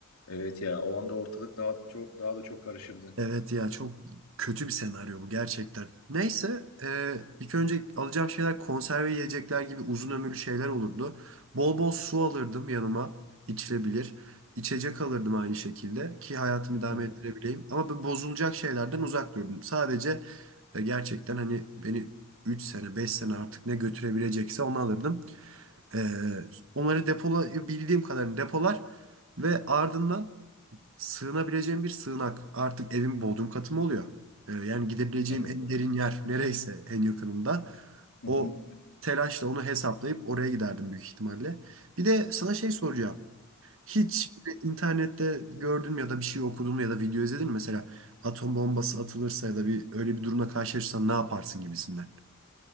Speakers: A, on the left (about 85°); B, on the right (about 65°).
A: Evet ya o anda ortalık daha çok daha da çok karışırdı.
B: Evet ya çok kötü bir senaryo bu gerçekten. Neyse e, ilk önce alacağım şeyler konserve yiyecekler gibi uzun ömürlü şeyler olurdu. Bol bol su alırdım yanıma içilebilir. İçecek alırdım aynı şekilde ki hayatımı idame
A: Hı,
B: ettirebileyim. Ama bu bozulacak şeylerden uzak durdum. Sadece e, gerçekten hani beni 3 sene 5 sene artık ne götürebilecekse onu alırdım. E, onları depolayabildiğim kadarını depolar ve ardından sığınabileceğim bir sığınak. Artık evin bodrum katı mı oluyor? Ee, yani gidebileceğim
A: Evet.
B: en derin yer nereyse en yakınında.
A: Hı
B: O
A: hı.
B: telaşla onu hesaplayıp oraya giderdim büyük ihtimalle. Bir de sana şey soracağım. Hiç böyle internette gördün mü ya da bir şey okudun mu ya da video izledin mi? Mesela atom bombası atılırsa ya da bir öyle bir durumla karşılaşırsan ne yaparsın gibisinden.